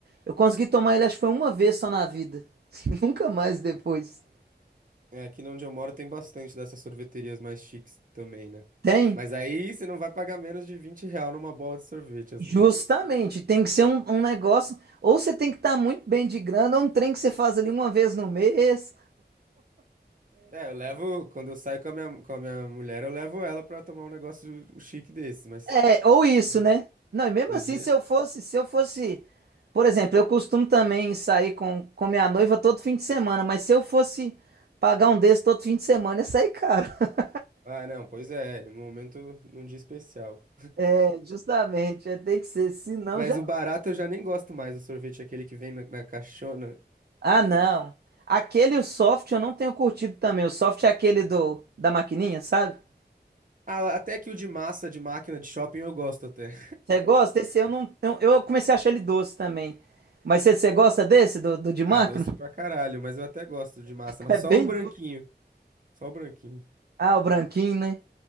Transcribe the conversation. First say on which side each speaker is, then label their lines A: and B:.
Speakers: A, on the right; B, on the right.
A: Eu consegui tomar ele, acho que foi uma vez só na vida. <laughs> Nunca mais depois.
B: É, aqui onde eu moro tem bastante dessas sorveterias mais chiques também, né?
A: Tem?
B: Mas aí você não vai pagar menos de 20 real numa bola de sorvete, às
A: Justamente,
B: vezes.
A: tem que ser um, um negócio, ou você tem que estar muito bem de grana, ou um trem que você faz ali uma vez no mês,
B: É, eu levo, quando eu saio com a minha, com a minha mulher, eu levo ela pra tomar um negócio um chique desse, mas
A: É, ou isso,
B: no
A: né? Não, e mesmo
B: no
A: assim,
B: dia...
A: se eu fosse, se eu fosse, por exemplo, eu costumo também sair com, com minha noiva todo fim de semana, mas se eu fosse pagar um desses todo fim de semana, ia sair caro. <laughs>
B: Ah, não, pois é, no momento, num dia especial.
A: É, justamente, é, tem que ser, senão
B: Mas
A: já.
B: o barato eu já nem gosto mais, o sorvete é aquele que vem na, na caixona,
A: Ah, não. Aquele o soft eu não tenho curtido também. O soft é aquele do da maquininha, sabe?
B: Ah, até que o de massa de máquina de shopping eu gosto até.
A: Você gosta? Esse eu não. Eu, eu comecei a achar ele doce também. Mas você, você gosta desse, do, do de
B: Ah,
A: máquina?
B: é doce
A: <laughs>
B: pra caralho, mas eu até gosto de massa, mas
A: É bem
B: só o branquinho.
A: doce.
B: Só o branquinho.
A: Ah, o branquinho, né?